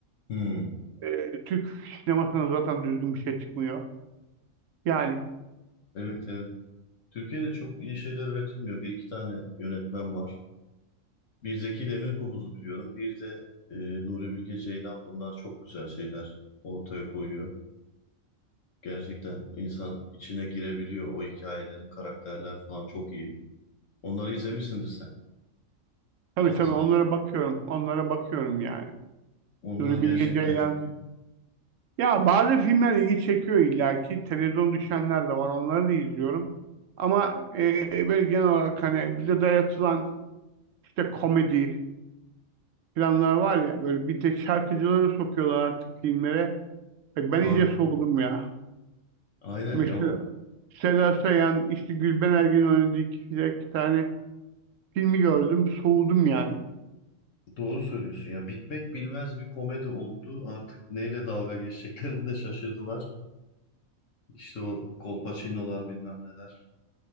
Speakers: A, on the left; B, on the right.
A: Hmm,
B: Ee, Türk sinemasına zaten düzgün bir şey çıkmıyor. Yani
A: Evet evet. Türkiye'de çok iyi şeyler üretilmiyor. Bir iki tane yönetmen var. Bir Zeki Demirkubuz'u biliyorum. Bir de e, Nuri Bilge Ceylan. Bunlar çok güzel şeyler ortaya koyuyor. Gerçekten insan içine girebiliyor. O hikayelerin, karakterler falan çok iyi. Onları izlemişsindir sen.
B: tabii
A: Bazı.
B: tabii onlara bakıyorum. Onlara bakıyorum yani.
A: Onlar
B: Nuri
A: gerçekten
B: Bilge Ceylan.
A: çok iyi.
B: Ya bazı filmler ilgi çekiyor illaki. Televizyon düşenler de var. Onları da izliyorum. Ama e, böyle genel olarak hani bize dayatılan işte komedi planlar var ya böyle bir tek şarkıcıları sokuyorlar artık filmlere. Ay Ben
A: Aynen.
B: iyice soğudum ya.
A: Aynen
B: Mesela
A: ya
B: Seda Sayan, işte Gülben Ergen'in oynadığı iki, iki tane filmi gördüm. Soğudum yani.
A: Doğru söylüyorsun ya. Bitmek bilmez bir komedi oldu. Artık neyle dalga geçeceklerini de şaşırdılar. İşte o kolpaçinolar bilmem neler.